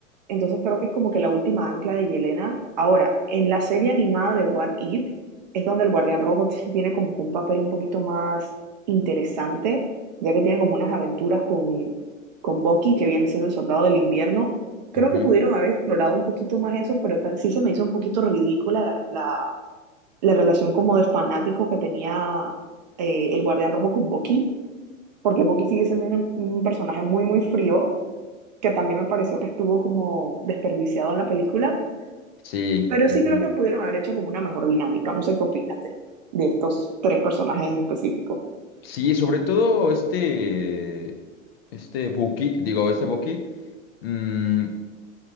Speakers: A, on the right; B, on the left.
A: Entonces creo que es como que la última ancla de Yelena. Ahora, en la serie animada de What If, es donde el Guardián Rojo sí tiene como que un papel un poquito más interesante, ya que tiene como unas aventuras con, con Bucky, que viene siendo el soldado del invierno. Creo
B: Ujú.
A: que pudieron haber explorado un poquito más eso, pero ta- sí se me hizo un poquito ridícula la, la- la relación como de fanático que tenía eh, el Guardián Rojo con Bucky, porque Bucky sigue siendo un, un personaje muy, muy frío, que también me pareció que estuvo como desperdiciado en la película,
B: Sí.
A: pero
B: Ujú.
A: sí creo que pudieron haber hecho como una mejor dinámica. No sé qué opinas de, de estos tres personajes en específico.
B: Sí, sobre todo este, este Buki, digo, este Buki, mm,